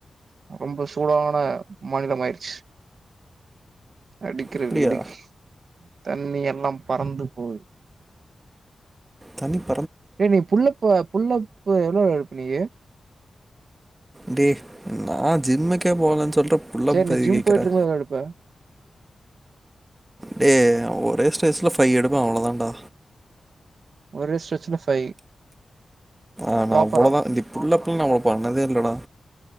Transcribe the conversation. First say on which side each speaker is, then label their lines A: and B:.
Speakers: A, on the right; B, on the right.
A: ரொம்ப சூடான மாநிலம் ஆயிருச்சு அடிக்கிற
B: அப்டியா
A: வீடுக்கு தண்ணி எல்லா பறந்து போது
B: தன்னிப்
A: ஏ நீ புல்லப்ப புல்லப்பு எவ்ளோ எடுப்ப நீய்
B: டே நா ஜிம்முக்கே போகலன்னு சொல்ற புள்ள
A: சேரி
B: பத
A: நீ ஜிம்
B: கேகறே
A: போயிட்டு இருக்கும்போது எவ்ளோ எடுப்ப
B: டே ஒரே ஸ்ட்ரஸ்ல ஃபைபவ் எடுப்பே அவ்ளோ தாண்டா
A: ஒரே ஸ்ட்ரெஜ்ல ஃபைவ்
B: ஆனா
A: ப்ராப்பரா
B: அவ்ளோதான் தி புல்லப்பும் நாமு பண்ணதே இல்லடா